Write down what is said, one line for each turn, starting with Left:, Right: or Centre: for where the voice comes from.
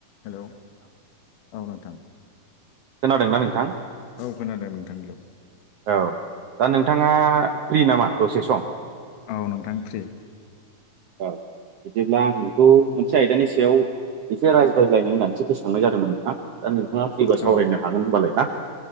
Left: Hello औ नोंथां
Right: खोनादोंना नोंथां
Left: औ खोनादों नोंथांनिल'
Right: औ दा नोंथाङा फ्रि नामा दसे सम
Left: औ नोंथां फ्रि
Right: औ बिदिब्ला आं नोंखौ मोनसे आयदानि सायाव एसे रायज्लायलायनो होननानैसो गोसो खांनाय जादोंमोन नोंथा दा नोंथाङा फ्रिबा सावरायनो
Left: औ
Right: हागोन होनबालाय ना